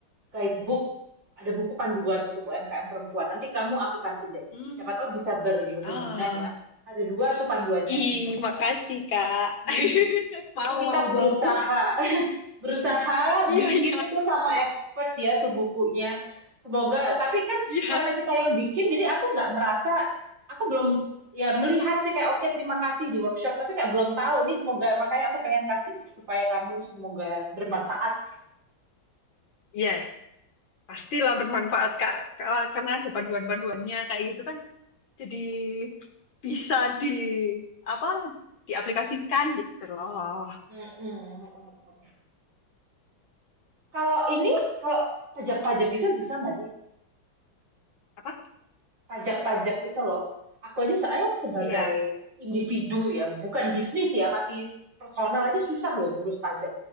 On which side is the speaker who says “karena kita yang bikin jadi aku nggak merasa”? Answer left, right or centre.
Right